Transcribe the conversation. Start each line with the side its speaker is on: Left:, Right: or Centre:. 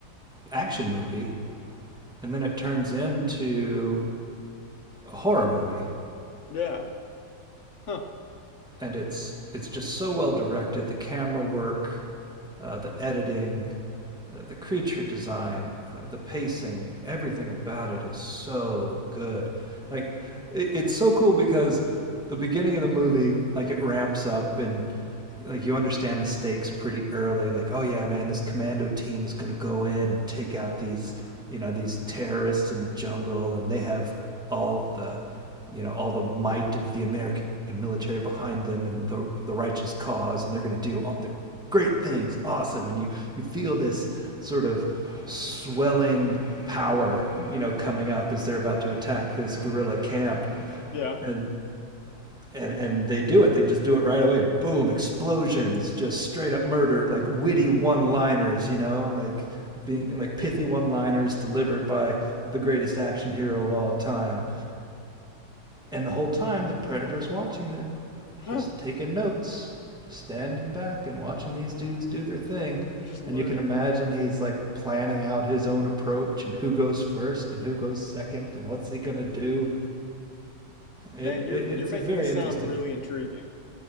Centre: action movie, and then it turns into a horror movie,
Left: Yeah. Huh.
Centre: and it's it's just so well directed. The camera work, uh, the editing, uh, the creature design, uh, the pacing, everything about it is so good. Like, it, it's so cool because the beginning of the movie, like, it ramps up and like you understand the stakes pretty early. Like, oh yeah, man, this commando team is gonna go in and take out these, you know, these terrorists in the jungle, and they have all the you know all the might of the American military behind them and the the righteous cause, and they're going to do all the great things, awesome, and you you feel this sort of swelling power, you know, coming up as they're about to attack this guerrilla camp,
Left: Yeah.
Centre: and. And, and they do it. They just do it right away. Boom! Explosions, just straight up murder, like witty one-liners. You know, like being like pithy one-liners delivered by the greatest action hero of all time and the whole time, the predator's watching them,
Left: Huh.
Centre: just taking notes, just standing back and watching these dudes do their thing.
Left: Just learning,
Centre: And you can imagine
Left: huh?
Centre: he's like planning out his own approach and who goes first and who goes second and what's he going to do. It,
Left: Man, you're
Centre: it, it's
Left: you're making
Centre: a very
Left: this
Centre: interesting.
Left: sound really intriguing.